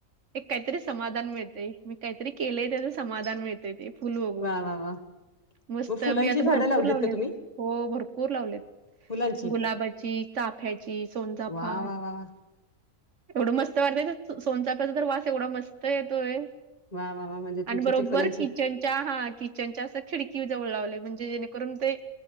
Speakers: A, on the right (about 60°); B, on the left (about 30°).
A: एक काहीतरी समाधान मिळतेय, मी काहीतरी केलेय त्याच समाधान मिळ ते फुल बघू,
B: वा वा वा
A: मस्त
B: मग फुलांची
A: मी आता
B: झाडं
A: भरपूर
B: लावलीत
A: लावले.
B: का तुम्ही
A: हो भरपूर लावलेत
B: फुलांची
A: गुलाबाची चाफ्याची सोनचाफा.
B: वा वा वा वा
A: एवढं मस्त वाटतय न, सोनचाफ्याचा तर वास एवढा मस्त येतोय.
B: वा वा वा म्हणजे
A: आणि
B: तुमची
A: बरोबर
B: ती फुलांची
A: किचनच्या हा कि चनच्या अस खिडकी जवळ लावले म्हणजे जेणेकरून ते,